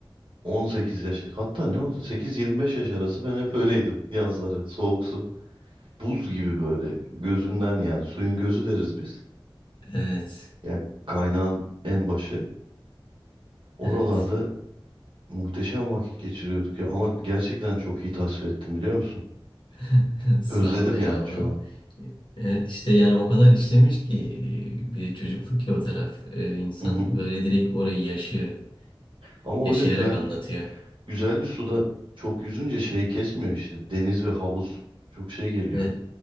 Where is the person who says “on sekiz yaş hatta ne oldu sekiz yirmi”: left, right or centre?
Right